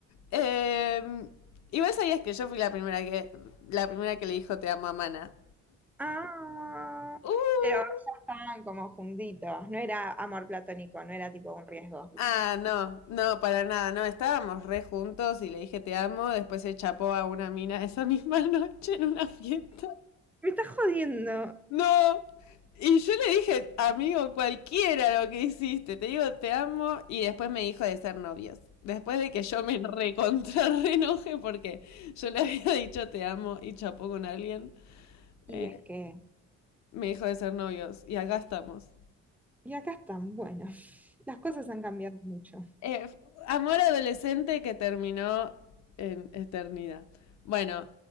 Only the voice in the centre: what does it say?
Ah,
pero ya estaban como juntitos. No era amor platónico, no era tipo un riesgo.
Me estás jodiendo.
Y
es que,
y acá están, bueno, <laughs> las cosas han cambiado mucho.